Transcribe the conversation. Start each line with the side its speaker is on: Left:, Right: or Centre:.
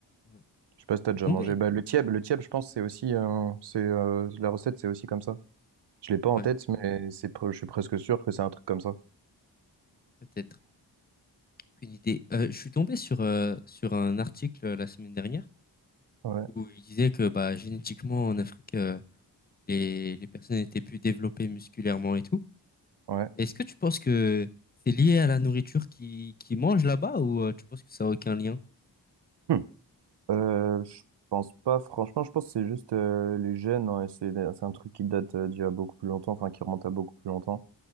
Left: ouais.
Right: Je sais pas si t'as
Left: Je suis
Right: déjà
Left: tombé.
Right: mangé. Bah, le tieb, le tieb, je pense, c'est aussi, un- c'est euh, la recette, c'est aussi comme ça. Je l'ai pas
Left: Ouais,
Right: en tête, mais c'est, pre- je suis presque sûr que c'est un truc comme ça.
Left: peut-être. Aucune idée. Euh, je suis tombé sur, euh, sur un article euh, la semaine dernière
Right: Ouais,
Left: où il disait que bah, génétiquement en Afrique, euh, les, les personnes étaient plus développées musculairement et tout.
Right: ouais.
Left: Est-ce que tu penses que c'est lié à la nourriture qu'ils qui mangent là-bas ou euh, tu penses que ça n'a aucun lien?
Right: Hmm. Euh, je pense pas, franchement, je pense que c'est juste euh, les gènes, hein, et c'est c'est un truc qui date euh, d'il y a beaucoup plus longtemps, enfin qui remonte à beaucoup plus longtemps.